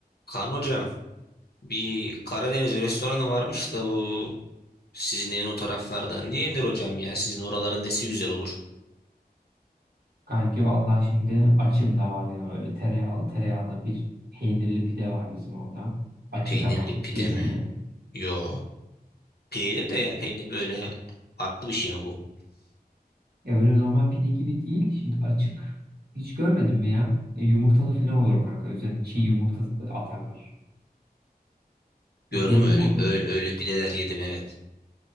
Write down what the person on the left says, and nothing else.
Kaan hocam bir Karadeniz restoranı varmış da bu sizin evin o taraflarda. niye yenir hocam ya? Sizin oraların nesi güzel olur?
Peynirli
pide
mi?
Yo. Pide yedim de yani peynir öyle farklı bir şey mi bu?
Gördüm
öyle
öyle, öyle pideler yedim evet.